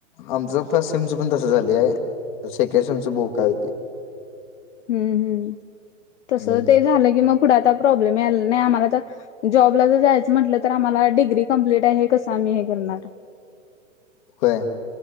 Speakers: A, on the left; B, on the left.
A: आमचं फर्स्ट सेमच पण तसं झाली आहे सेकंड सेमच बघू काय होते
B: हम्म हम्म तस
A: हम्म
B: ते झालं की मग पुढे आता प्रॉब्लेम याला नाही आम्हाला तर, जॉबला जर जायचं म्हटलं तर आम्हाला डिग्री कंप्लीट आहे कसं आम्ही हे करणार.
A: होय